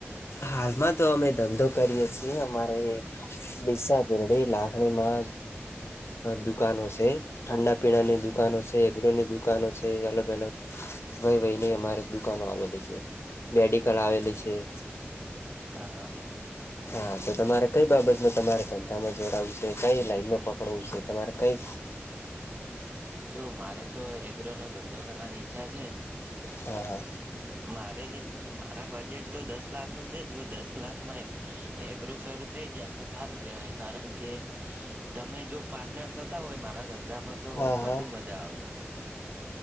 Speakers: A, on the left; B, on the right.
A: હાલમાં તો અમે ધંધો કરીએ છીએ અમારે ડીસા પરડી લાખણીમાં દુકાનો છે ઠંડા પીણાની દુકાનો છે એગરોની દુકાનો છે અલગ. લગ ભાઈ ભાઈ. ની અમારે દુકાનો આવેલી છે મેડિકલ આવેલી છે. તે <unintelligible>
B: હા હા
A: હા તો તમારે
B: એવું.
A: કઈ બાબત ન. તમારે ધંધામાં જોડાવું છે કઈ લાઈનમાં પકડવું છે તમારે કઈ.
B: જો મારે તો એગ્રો નો ધંધો કરવાની ઈચ્છા છે.
A: હા.
B: મારે મારા બજેટ તો દસ લાખ નું છે જો દસ લાખમાં એકરો શરૂ થઈ જાય તો સારું કેવાય. કારણ કે તમે જો પાર્ટનર થતા હોય મારા ધંધામાં તો.
A: હા હા
B: તું મજા આવે.